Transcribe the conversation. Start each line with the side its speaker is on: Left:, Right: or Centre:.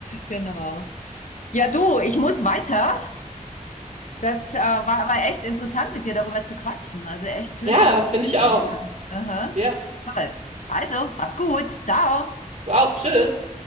Left: genau. Ja, du, ich muss weiter. Das äh, war, aber echt interessant, mit dir darüber zu quatschen. Also echt schöne
Right: ja, finde ich
Left: Erinnerungen.
Right: auch.
Left: Ja. Aha.
Right: Ja,
Left: Toll. Also, mach's gut. Ciao.
Right: auch. Tschüss.